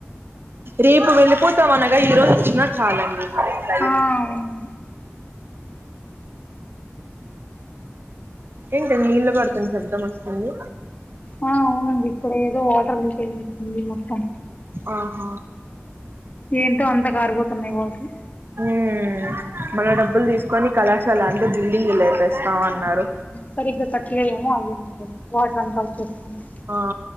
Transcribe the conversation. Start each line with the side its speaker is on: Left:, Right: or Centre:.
Right: రేపు వెళ్ళిపోతాం అనగా ఈ రోజు వచ్చినా చాలండి టైం.
Left: ఆ అవును
Right: ఏంటి నీళ్ళు పడుతున్ శబ్దం వస్తుంది
Left: ఆ అవునండి ఇక్కడేదో వాటర్ లీక్ అయినట్టుంది మొత్తం
Right: ఆహ
Left: ఏంటో అంత కారిపోతున్నాయి వాట్రు
Right: ఉమ్ మన డబ్బులు తీసుకోని కళాశాల అంతా బిల్డింగ్ లేపేస్తా ఉన్నారు
Left: సరిగ్గా కట్లేమో అది వాటర్ అంతా వచ్చేస్తున్నాయ్
Right: ఆ